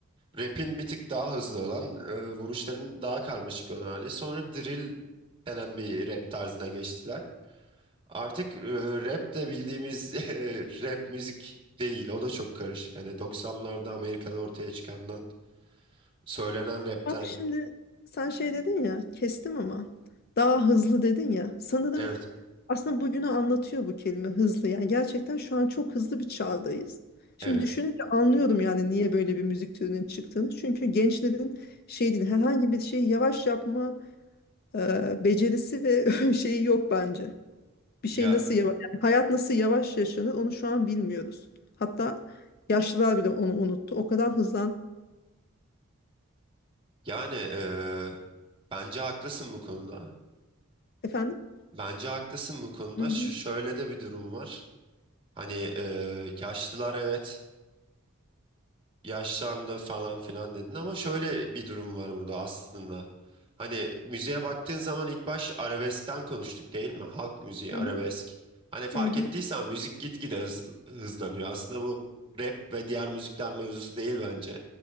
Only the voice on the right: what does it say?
rap'in bir tık daha hızlı olan, e, vuruşlarının daha karmaşık olan hali. Sonra drill denen bir rap tarzına geçtiler. Artık e, rap de bildiğimiz <laughs> e, rap müzik değil. O da çok karışık. Hani doksanlarda Amerika'da ortaya çıkandan, söylenen rapten.
Evet,
evet.
Ya
Yani eee, bence haklısın bu konuda.
Bence haklısın bu konuda.
Ş- şöyle de bir durum var. Hani eee yaşlılar evet. yaşlandı falan filan dedin ama şöyle bir durum var burada aslında. Hani müziğe baktığın zaman ilk baş arabeskten konuştuk değil mi? Halk müziği,
arabesk.
Hani fark
ettiysen müzik gitgide hız, hızlanıyor. Aslında bu rap ve diğer müzikler mevzusu değil bence.